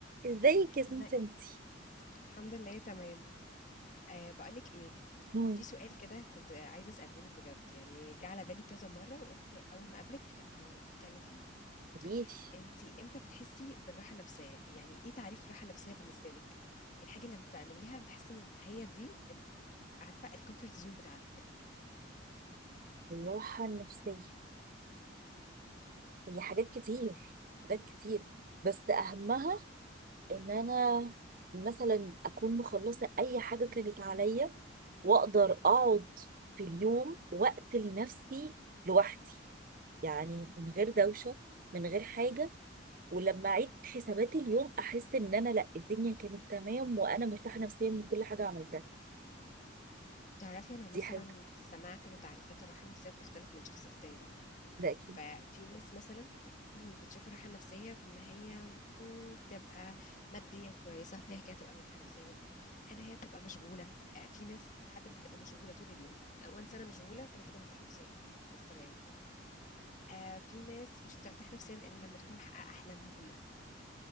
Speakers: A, on the right (about 45°); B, on the left (about 40°).
A: ازيك يا سمسمتي
B: ازاي الحمد لله تمام أه بقولك ايه
A: مم.
B: في سؤال كده كنت عايزه اساله لك بجد يعني جه على بالي كذا مره وقلت اول ما اقابلك هنتكلم فيه
A: قوليلي
B: انتي امتى بتحسي بالراحه النفسيه يعني ايه تعريف راحه نفسيه بالنسبه لك الحاجه اللي لما بتعمليها بتحسي ان هي دي ال- عارفه الكومفورت زون بتاعتك
A: الراحة النفسية هي حاجات كتير حاجات كتير بس أهمها إن أنا مثلا أكون مخلصة أي حاجة كانت عليا وأقدر أقعد في اليوم وقت لنفسي لوحدي يعني من غير دوشة من غير حاجة ولما أعيد حسابات اليوم أحس إن أنا لأ الدنيا كانت تمام وأنا مرتاحة نفسيا من كل حاجة عملتها
B: تعرفي أنا مثلا
A: دي حاجة
B: سمعت إن تعريفات الراحة النفسية بتختلف من شخص للتاني طبعا
A: ده أكيد
B: ففي ناس مثلا <clears throat> بتشوف الراحة النفسية في إن هي مم، تبقى ماديا كويسة هي كده تبقى مرتاحة نفسيا أنا هي تبقى مشغولة في ناس بتحب إنها تبقى مشغولة طول اليوم وانس أنا مشغولة فأنا كده مرتاحة نفسيا خلاص تمام يعني آه في ناس مش بترتاح نفسيا إلا لما تكون محققة أحلامها كلها